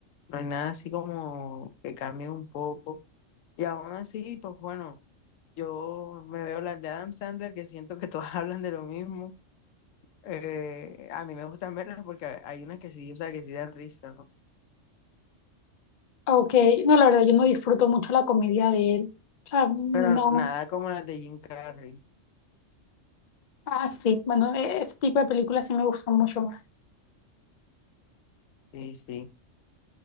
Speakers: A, on the left (about 85°); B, on the left (about 70°).
A: no hay nada así como que cambie un poco. Y aún así, pues bueno, yo me veo las de Adam Sandler que siento que todas <laughs> hablan de lo mismo Eh, a mí me gustan verlas porque hay unas que sí, o sea, que sí dan risa, ¿no?
B: Ok, no, la verdad, yo no disfruto mucho la comedia de él. O sea, no.
A: Pero nada como las de Jim Carrey.
B: Ah, sí, bueno, e- ese tipo de películas sí me gustan mucho más.
A: Sí, sí.